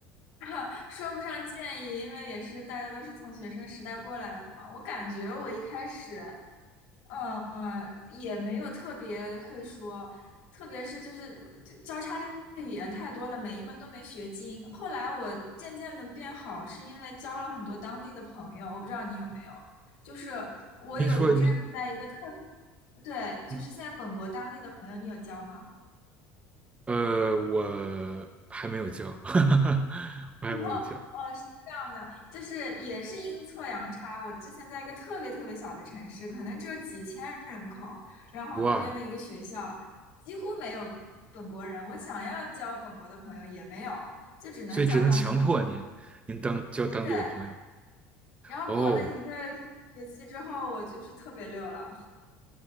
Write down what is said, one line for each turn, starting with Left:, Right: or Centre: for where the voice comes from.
Left: <laughs> 说不上建议，因为也是大家都是从学生时代过来的嘛。我感觉我一开始，嗯、呃，也没有特别会说，特别是就是交叉的语言太多了，每一门都没学精。后来我渐渐的变好，是因为交了很多当地的朋友。我不知道你有没有，就是我有一阵子在一个特，
Right: 您说您
Left: 对，就是现在本国当地的朋友，
Right: 嗯
Left: 你有交吗？
Right: 呃，我还没有教，<laughs> 我还没有教，
Left: <laughs> 哦，哦，是这样的，就是也是阴错阳差。我之前在一个特别特别小的城市，可能只有几千人口，然后那边的一个学校几乎没有本国人，
Right: 哇。
Left: 我想要交本国的朋友也没有，就只能交当地的朋友。
Right: 所以只能强迫您您当交当地的朋友。
Left: 对，然后过了一个学期之后，
Right: 哦，
Left: 我就是特别溜了。